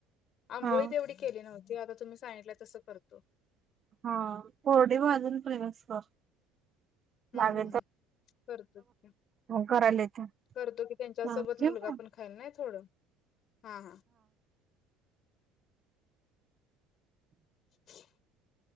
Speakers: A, on the left; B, on the right.
A: आंबोळी
B: हा
A: तेवढी केली नव्हती. ते आता तुम्ही सांगितलंय तसं करतो.
B: हा कोरडी भाजून प्रिमिक्स कर.
A: हम्म
B: लागेल
A: हम्
B: तर
A: करतो, हम्
B: मग करायला येते.
A: करतो कि त्यांच्यासोबत
B: हा ठेवू
A: मुलगा
B: का?
A: पण खाईल नाही थोडं. हा हा. <unintelligible>